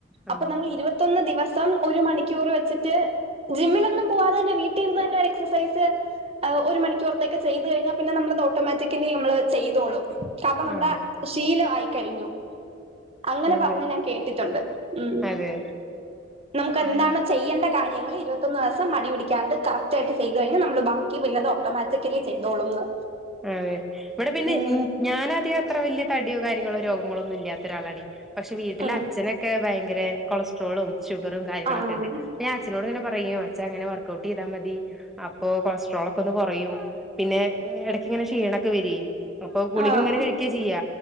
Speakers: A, in the centre; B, on the right.
A: ആ
B: അപ്പൊ നമ്മള് ഇരുപത്തൊന്ന് ദിവസം ഒരു മണിക്കൂർ വെച്ചിട്ട് ജിമ്മിലൊന്നും പോവാതെ തന്നെ വീട്- ട്ടിരുന്നു തന്നെ എക്സസൈസ്- ഒരു മണിക്കൂറത്തേക്ക്‌ ചെയ്തു കഴിഞ്ഞാൽ പിന്നെ നമ്മളത് ഓട്ടോമാറ്റിക്കലി നമ്മള് ചെയ്തോളും കഥ നമ്മുടെ
A: ആ
B: ശീലം ആയിക്കഴിഞ്ഞു അങ്ങനെ
A: അതെ
B: പറഞ്ഞ് ഞാൻ കേട്ടിട്ടുണ്ട് ഉം
A: അതെ
B: നമുക്ക് എന്താണോ
A: ഉം
B: ചെയ്യേണ്ട കാര്യ- നിങ്ങള് ഇരുപത്ത്ഒന്ന് ദിവസം മടി പിടിക്കാണ്ട് കറക്റ്റ് ആയിട്ട് ചെയ്ത് കഴിഞ്ഞാൽ നമ്മള് ബാക്കി പിന്നെ അത് ഓട്ടോമാറ്റിക്കലി ചെയ്തോളുംന്ന്
A: അതെ ഇവിടെ പിന്നെ
B: ഉം
A: ഞാൻ അധികം അത്ര വലിയ തടിയോ കാര്യങ്ങളോ രോഗങ്ങളോ ഒന്നും ഇല്ലാത്ത ഒരാളാണേ പക്ഷെ വീട്ടിലെ
B: ഉം
A: അച്ഛനൊക്കെ ഭയങ്കര കൊളസ്ട്രോളും ഷുഗറും കാര്യങ്ങളൊക്കെ
B: ആഹ്
A: ഇണ്ട് ഞാൻ അച്ഛനോട് ഇങ്ങനെ പറയും അച്ചാ അങ്ങനെ വർക്ക് ഔട്ട് ചെയ്താ മതി അപ്പോ കൊളസ്ട്രോൾ ഒക്കെ ഒന്ന് കൊറയും പിന്നെ ഇട- ഇങ്ങന ഷീണംയൊക്കെ വരിയേ അപ്പൊ ഗുളിക
B: ആഹ്
A: ഇങ്ങനെ കഴിക്കാ ചെയ്യയ